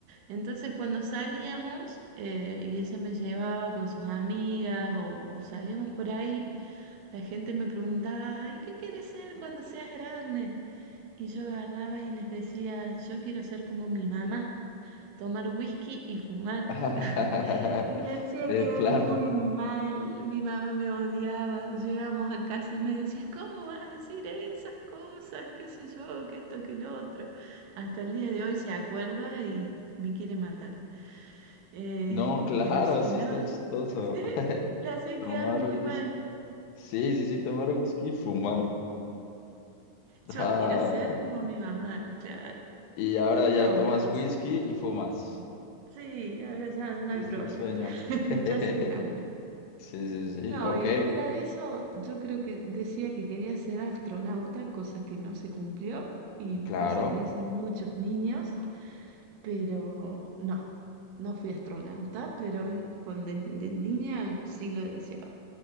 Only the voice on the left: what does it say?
<laughs>
De
plano.
No, claro,
sí
está chistoso.
Tomar
whisky.
Sí, sí, sí, tomar whisky y fumar. Ah,
y ahora
ya tomas
whisky y fumas.
Cumpliste
el sueño.
<laughs>
Sí, sí, sí.
Ok,
claro.